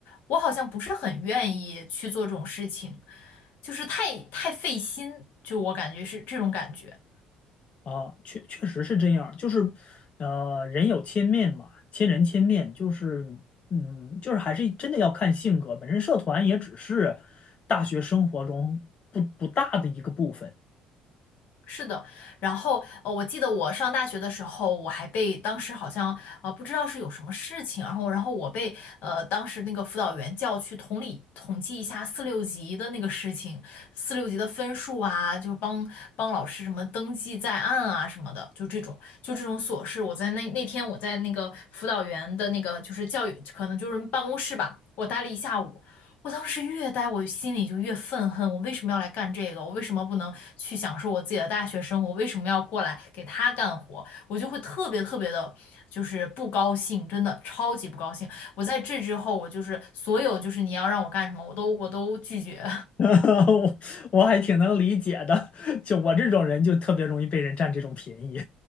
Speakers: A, on the left; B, on the left.
A: 我好像不是很愿意去做这种事情，就是太太费心，就我感觉是这种感觉。
B: 啊，确确实是这样，就是，呃，人有千面嘛，千人千面，就是，嗯，就是还是真的要看性格。本身社团也只是大学生活中不不大的一个部分，
A: 是的，然后呃，我记得我上大学的时候，我还被当时好像呃不知道是有什么事情，然后然后我被呃当时那个辅导员叫去统理统计一下四六级的那个事情，四六级的分数啊，就是帮帮老师什么登记在案啊什么的，就这种就这种琐事，我在那那天我在那个辅导员的那个就是教育可能就是办公室吧，我待了一下午。我当时越待我心里就越愤恨，我为什么要来干这个？我为什么不能去享受我自己的大学生活？我为什么要过来给他干活？我就会特别特别的，就是不高兴，真的超级不高兴。我在这之后，我就是所有就是你要让我干什么，我都我都拒绝，
B: <laughs> 我我还挺能理解的。就我这种人，就特别容易被人占这种便宜，